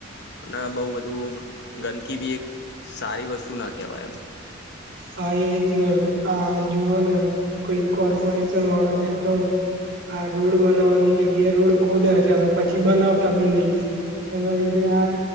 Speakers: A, on the left (about 60°); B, on the right (about 65°).
A: અને બહુબધું ગંદકી બી એક સારી વસ્તુ ના કહેવાય
B: હા એ જ ને આ જોુવા ને કોઈક કોર્પોરેશન વાળા છે તો આ રોડ બનાવવાની જગ્યાએ રોડ ખોદ્યા છે અને પછી બનાવતા બી નહી એના લીધે આ